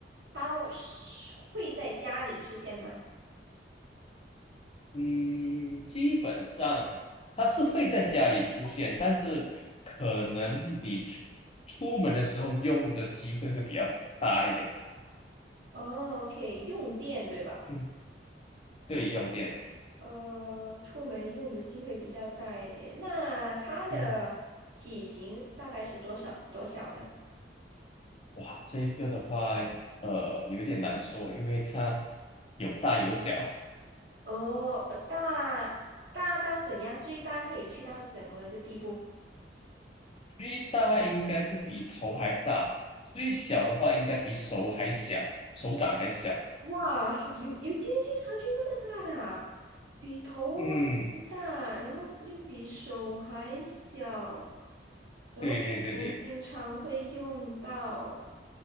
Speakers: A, on the right (about 75°); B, on the left (about 35°).
A: 它是会在家里出现吗？
B: 嗯，基本上它是会在家里出现，但是可能你出出门的时候用的机会会比较大一点。
A: 哦，OK，用电对吧？
B: 嗯，对，用电。
A: 呃，出门用的机会比较大一点。那它的体型大概是多少多小呢？
B: 嗯哼，哇，这个的话，呃，有点难说，因为它有大有小。
A: 哦，呃大大到怎样？最大可以去到怎么个地步？
B: 最大应该是比头还大，最小的话应该比手还小，手掌还小。
A: 哇，有有电器差距那么大的啊比头还大，
B: 嗯，
A: 然后又比手还小，然后出门经常会用到。
B: 对对对对，